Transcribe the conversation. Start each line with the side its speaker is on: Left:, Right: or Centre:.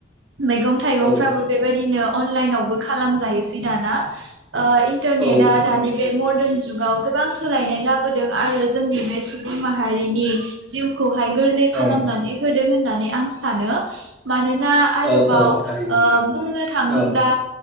Right: मैगं थाइगंफ्राबो
Centre: औ
Right: बेबायदिनो अनलाइनावबो खालामजायोसै दाना। ओ इन्टारनेटआ
Centre: औ
Right: दानि बे मदार्न जुगाव गोबां सोलायनाय लाबोदों आरो जोंनि बे सुबुं माहारिनि जिउ। खौहाय गोरलै खालामनानै
Centre: औ
Right: होदों। होननानै आं सानो मानो ना आरोबाव
Centre: औ औ थारैनो
Right: बुंनो थाङोब्ला।
Centre: औ